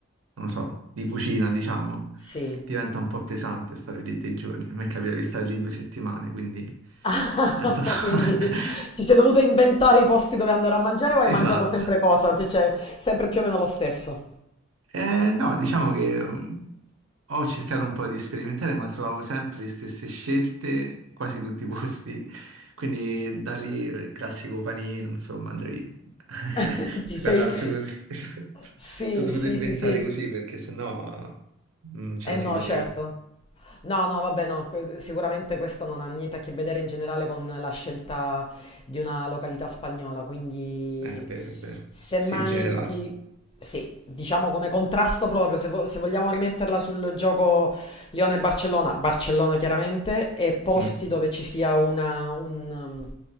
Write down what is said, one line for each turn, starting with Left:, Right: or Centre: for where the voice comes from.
Right: non lo so, di cucina, diciamo,
Left: Sì.
Right: diventa un po' pesante stare lì dei giorni. A me capita di stare lì due settimane, quindi
Left: <laughs>
Right: è stato...
Left: Quindi
Right: <laughs>
Left: ti sei dovuto inventare i posti dove andare a mangiare o hai mangiato
Right: Esatto.
Left: sempre cosa? Cioè, cioè, sempre più o meno lo stesso.
Right: Eh, no, diciamo che mm, ho cercato un po' di sperimentare, ma trovavo sempre le stesse scelte in quasi tutti i posti. Quindi da lì eh, il classico panino, insomma, andavi <laughs>
Left: <laughs> Ti
Right: da
Left: sei...
Right: qua dal super- <laughs> Esatto.
Left: Sì,
Right: Sono dovuto
Left: sì,
Right: inventare
Left: sì, sì.
Right: così perché sennò eh, non ce
Left: Eh
Right: la
Left: no,
Right: si faceva.
Left: certo. No, no, vabbè, no, que- sicuramente questo non ha niente a che vedere in generale con la scelta di una località spagnola, quindi
Right: Eh, È vero, è vero.
Left: semmai
Right: Sì, in generale.
Left: ti... Sì, diciamo come contrasto proprio, se, vo- se vogliamo rimetterla sul gioco Lione-Barcellona, Barcellona Barcellona chiaramente, e posti
Right: Mm,
Left: dove ci sia una, un, um,